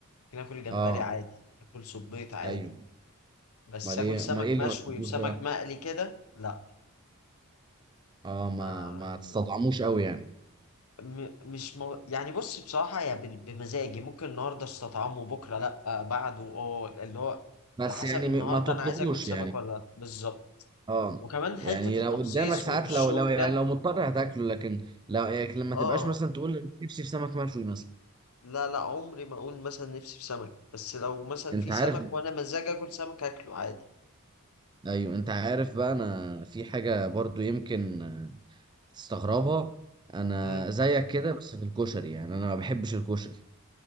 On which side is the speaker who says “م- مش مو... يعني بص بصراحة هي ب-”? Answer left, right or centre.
Left